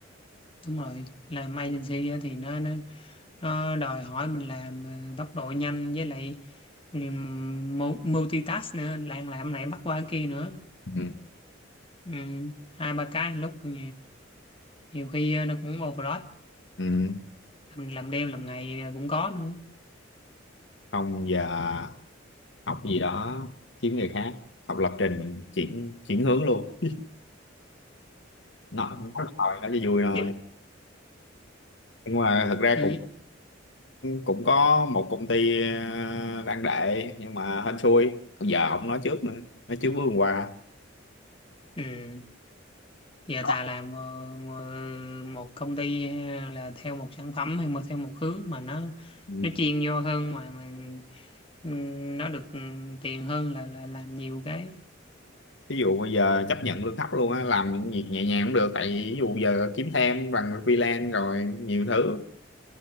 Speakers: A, on the left; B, on the left.
A: đúng rồi làm agency á thì nó, nó nó đòi hỏi mình làm ờ, tốc độ nhanh với lại ừ, mu- multitask nữa làm làm này bắt qua kia nữa
B: ừ,
A: ừ, hai ba cái một lúc thì nhiều khi ờ, nó cũng overload
B: ừ.
A: làm, làm đêm làm ngày ờ, cũng có nữa
B: không giờ học gì đó kiếm nghề khác học lập trình chuyển chuyển hướng luôn nó nói là thôi nó cho vui thôi
A: Dạ.
B: nhưng mà thật ra cũng
A: Ý-
B: cũng có một công ty ờ, đang đệ nhưng mà hên xui còn giờ không nói trước nữa nói trước bước hôm qua
A: ừ. giờ
B: Đó.
A: thà làm ờ, mờ- một công ty ờ, là theo một sản phẩm hay mà theo một hướng mà nó
B: Ừ.
A: nó chuyên vô hơn mà mà ừ, nó được ừ, tiền hơn là là làm nhiều cái
B: ví dụ bây giờ chấp nhận lương thấp luôn á làm những việc nhẹ nhàng cũng được tại vì ví dụ giờ kiếm thêm bằng freelance rồi nhiều thứ